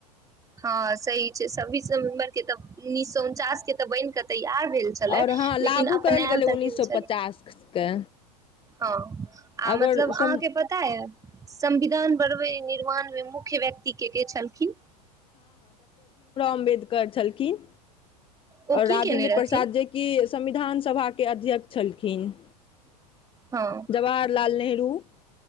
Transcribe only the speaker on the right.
हां सही छै छ्ब्बीस नवम्बर के त उन्नीस सौ उनचास के त बनि के तैयार भेल छलै
लेकिन
अपनायल
तऽ
गेल
छलै
हँ आ
मतलब अहाँके
पता यै संविधान बढ़बै निर्माण मे मुख्य व्यक्ति के के छलखिन?
ओ
की
केने
रहथिन
हँ